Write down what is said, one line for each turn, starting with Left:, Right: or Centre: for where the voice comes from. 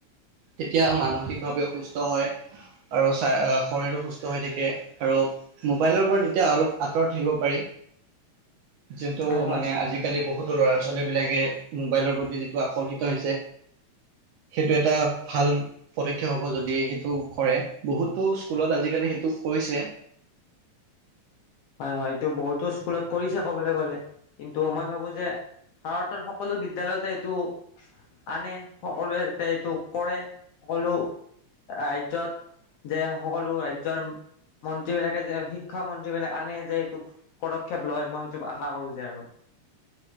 Right: তেতিয়া মানসিকভাৱেও সুস্থ হয় আৰু শৰীৰো সুস্থ হৈ থাকে আৰু মোবাইলৰ পৰা তেতিয়া অলপ আঁতৰত থাকিব পাৰি। যিটো
Left: হয় হয়
Right: মানে আজিকালি বহুত ল'ৰা-ছোৱালী বিলাকে মোবাইলৰ প্ৰতি যিটো আকৰ্ষিত হৈছে সেইটো এটা ভাল পদক্ষেপ হ'ব যদি সেইটো কৰে বহুতো স্কুলত আজিকালি সেইটো কৰিছে।
Left: হয়-হয় এইটো বহুতো স্কুলত কৰিছে ক'বলৈ গলে কিন্তু মই ভাবো যে ভাৰতৰ সকলো বিদ্যালয়তে এইটো আন, সকলোৱে যাতে এইটো কৰে, সকলো ৰাজ্যত যে সকলো ৰাজ্যৰ মন্ত্ৰী বিলাকে যে শিক্ষা মন্ত্ৰী বিলাকে আনে যে এইটো পদক্ষেপ লয় মই সেইটো আশা কৰো যে আৰু